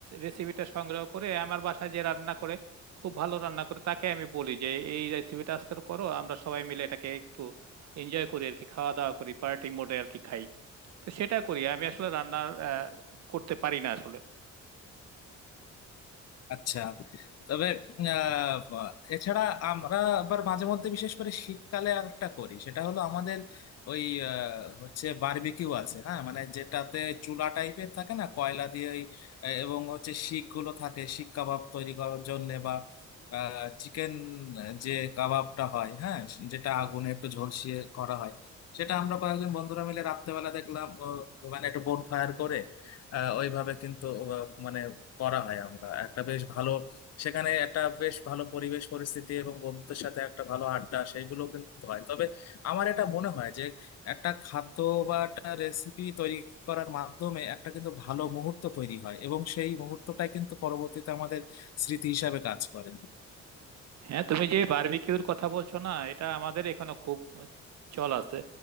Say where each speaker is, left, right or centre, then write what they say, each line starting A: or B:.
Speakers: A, on the right; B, on the left.
A: রেসিপিটা সংগ্রহ করে আমার বাসায় যে রান্না করে খুব ভালো রান্না করে তাকে আমি বলি যে এই রেসিপিটা আজকে করো আমরা সবাই মিলে এটাকে একটু এনজয় করি আর কি খাওয়া দাওয়া করি পার্টি মোডে আর কি খাই তো সেটা করি আমি আসলে রান্না করতে পারি না আসলে
B: আচ্ছা তবে আহ, এছাড়া আমরা আবার মাঝে মধ্যে বিশেষ করে শীতকালে আর একটা করি সেটা হলো আমাদের ওই আহ, হচ্ছে বারবিকিউ আছে হ্যাঁ মানে যেটাতে চুলা টাইপের থাকে না কয়লা দিয়ে ওই, আহ, এবং হচ্ছে শিক গুলো থাকে শিক কাবাব তৈরি করার জন্য বা চিকেন যে কাবাবটা হয় হ্যাঁ যেটা আগুনে একটু ঝলসিয়ে করা হয় সেটা আমরা কয়েকজন বন্ধুরা মিলে রাত্রেবেলা দেখলাম ও, মানে একটু বোন ফায়ার করে আহ, ওইভাবে কিন্তু আহ, মানে করা হয় আমরা একটা বেশ ভালো সেখানে একটা বেশ ভালো পরিবেশ পরিস্থিতি এবং বন্ধুদের সাথে একটা ভালো আড্ডা সেইগুলো কিন্তু হয় তবে আমার এটা মনে হয় যে একটা খাদ্য বা একটা রেসিপি তৈরি করার মাধ্যমে একটা কিন্তু ভালো মুহূর্ত তৈরি হয় এবং সেই মুহূর্তটাই কিন্তু পরবর্তীতে আমাদের স্মৃতি হিসাবে কাজ করে
A: হ্যাঁ তুমি যে বারবিকিউর কথা বলছো না এটা আমাদের এখানে খুব চল আছে